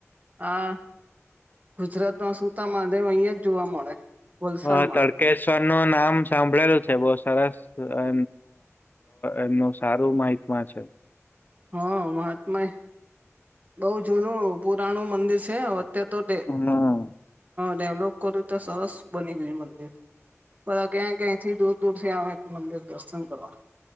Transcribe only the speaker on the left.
હ તડકે શ એનું નામ સાંભળેલું છે બહ સરસ એ એમનું સારું માહિત છે.
હમ